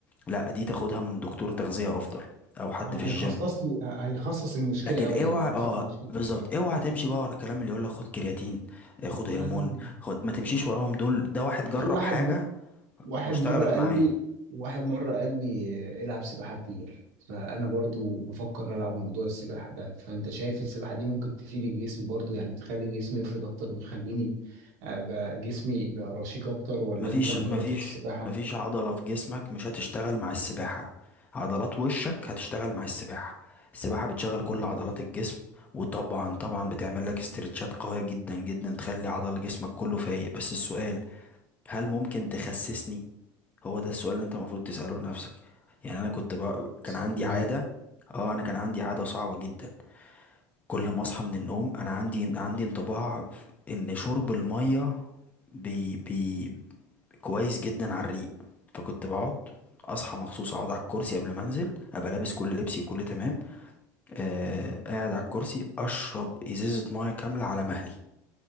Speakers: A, on the left; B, on the right.
A: لا دي تاخدها من دكتور تغذية افضل او حد
B: آه،
A: في
B: هيخصص
A: الجيم
B: لي هيخصص المشكله
A: لكن
B: قوي يعني
A: اوعى
B: هيفهم
A: اه
B: المشكله
A: بالظبط
B: فين
A: اوعى تمشي بقى ورا الكلام اللي يقول لك خد كرياتين آه، خد هرمون
B: لا لا
A: خد ما تمشيش وراهم دول ده واحد جرب
B: في واحد
A: حاجة
B: م... واحد
A: واشتغلت
B: مرة قال
A: معاه
B: لي واحد مرة قال لي العب سباحة كتير فأنا برضو بفكر ألعب موضوع السباحة ده فأنت شايف السباحة دي ممكن تفيد الجسم برضو يعني بتخلي جسمي يفرد أكتر وتخليني أبقى جسمي يبقى رشيق أكتر ولا
A: مفيش
B: أنت ما
A: مفيش
B: جربتش السباحة؟
A: مفيش عضلة في جسمك مش هتشتغل مع السباحة عضلات وشك هتشتغل مع السباحة السباحة بتشغل
B: مم.
A: كل عضلات الجسم وطبعا طبعا بتعمل لك استرتشات قوية جدا جدا تخلي عضل جسمك كله فايق بس السؤال هل ممكن تخسسني هو ده السؤال اللي انت المفروض تسأله لنفسك يعني انا كنت بقى كان
B: سؤال
A: عندي
B: مهم
A: عادة اه انا كان عندي عادة صعبة جدا كل ما اصحى من النوم انا عندي عندي انطباع ان شرب المية بي بي كويس جدا على الريق فكنت بقعد اصحى مخصوص اقعد على الكرسي قبل ما انزل ابقى لابس كل لبسي وكل تمام آه قاعد على الكرسي اشرب ازازه ميه كامله على مهلي